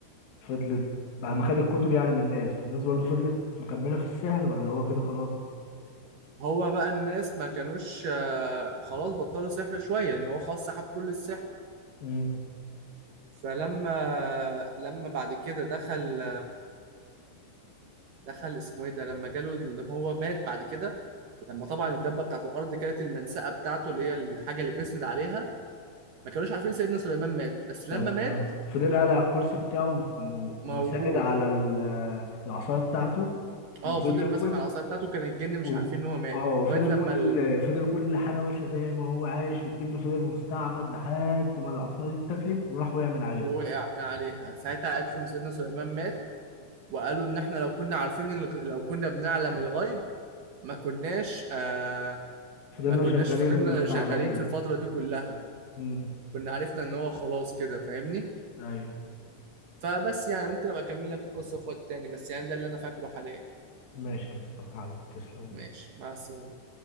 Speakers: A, on the left; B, on the right.
A: فضلت بعد ما خد الكتب يعني من الناس الناس برضو فضلت مكملة في السحر ولا هو كده خلاص
B: هو بقى الناس ما كانوش آه، خلاص بطلوا سحر شوية لأن هو خلاص سحب كل السحر
A: امم
B: فلما لما بعد كده دخل دخل اسمه ايه ده لما جاله اللي هو مات بعد كده لما طبعا الدبه بتاعت الارض كانت المنسأه بتاعته اللي هي الحاجه اللي بيسند عليها ما كانوش عارفين سيدنا سليمان مات بس
A: طب
B: لما مات
A: اه فضل قاعد على الكرسي بتاعه مت- و- وساند
B: موجود
A: على ال- العصاية بتاعته وفضل
B: اه فضل ماسك
A: كل
B: على العصايه بتاعته كان الجن
A: و...
B: مش عارفين ان هو مات
A: اه
B: لغايه
A: وفضل
B: لما
A: كل
B: ال...
A: فضل كل حاجة ماشية زي ما هو عايش والجن فضل مستعبد لحد ما العصاية دي اتاكلت وراحوا يعمل عليها
B: وقع من عليها ساعتها عرفوا ان سيدنا سليمان مات وقالوا ان احنا لو كنا عارفين الغ... لو كنا بنعلم الغيب ما كناش آه
A: فضلنا
B: ما كناش
A: شغالين
B: فضلنا
A: ومستعبدين
B: شغالين في الفتره دي كلها
A: امم
B: كنا عرفنا ان هو خلاص كده فاهمني
A: ايوه
B: فبس يعني ممكن ابقى اكمل لك القصه في وقت تاني بس يعني ده اللي انا فاكره حاليا
A: ماشي يا مصطفى حبيبي تسلم والله.
B: ماشي مع السلامه